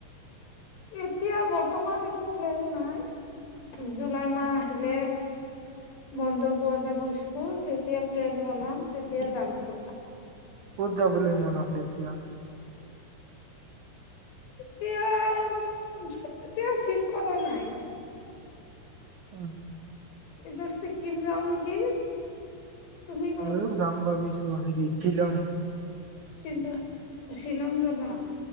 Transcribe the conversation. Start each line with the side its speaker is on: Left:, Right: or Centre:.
Left: এতিয়া বৰ্তমান একো প্লেন নাই, জু-জুলাই মাহ আহিলে বন্ধ পোৱা যাব স্কুল, তেতিয়া প্লেন বনাম তেতিয়া যাম ক'ৰবাত।
Right: ক'ত যাবলৈ মন আছে এতিয়া?
Left: এতিয়া <unintelligible> এতিয়াও ঠিক কৰা নাই।
Right: উম।
Left: এইবাৰ চিক্কিম যাওঁ নেকি? তুমি ক
Right: মইও যাম ভাবিছোঁ হেৰিত। শিলং।
Left: শিল, শ্বিলং যাবা?